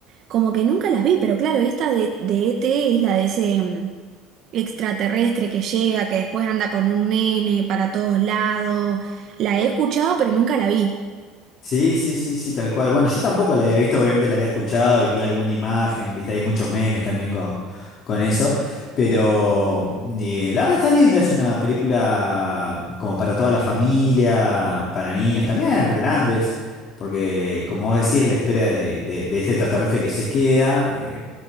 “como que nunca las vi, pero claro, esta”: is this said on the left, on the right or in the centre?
Right